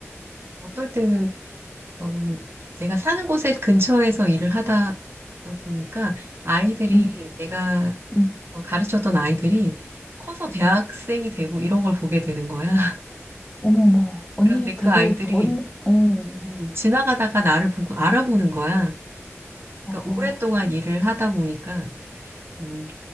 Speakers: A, on the right; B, on the left.
A: 어떨 때는 음, 내가 사는 곳에 근처에서 일을 하다 보니까 아이들이
B: 응,
A: 내가
B: 응.
A: 어, 가르쳤던 아이들이 커서 대학생이
B: 응.
A: 되고 이런 걸 보게 되는 거야. <laughs>
B: 어머, 어머. 언니
A: 그런데 그
B: 되게
A: 아이들이
B: 어린, 응,
A: 음, 지나가다가 나를 보고 알아보는 거야.
B: 어,
A: 그러니까 오랫동안 일을 하다 보니까 음,